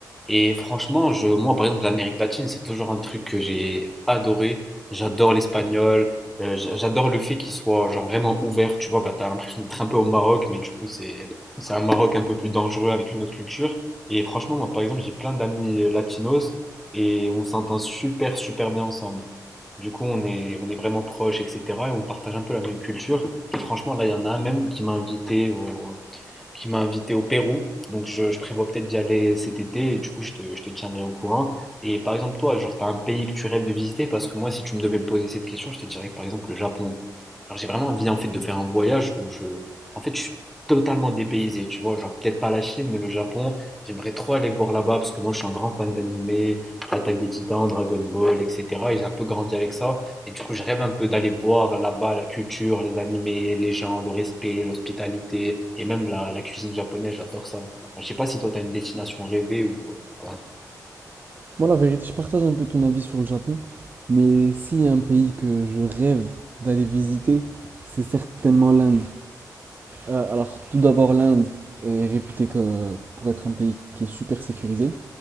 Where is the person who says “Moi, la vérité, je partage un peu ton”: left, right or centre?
Right